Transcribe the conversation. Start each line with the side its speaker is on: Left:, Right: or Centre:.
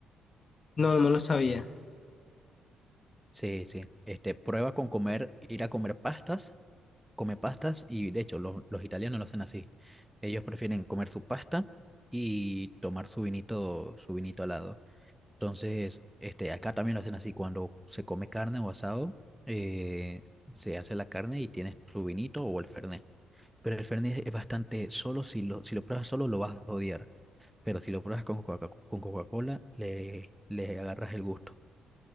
Left: no, no lo sabía.
Centre: Sí, sí. Este, prueba con comer, ir a comer pastas, come pastas y de hecho los, los italianos lo hacen así. Ellos prefieren comer su pasta y tomar su vinito, su vinito al lado. Entonces, este, acá también lo hacen así, cuando se come carne o asado, eh, se hace la carne y tienes tu vinito o el fernet. Pero el fernet es bastante solo, si lo, si lo pruebas solo lo vas a odiar, pero si lo pruebas con Coca- con Coca-Cola, le, le agarras el gusto,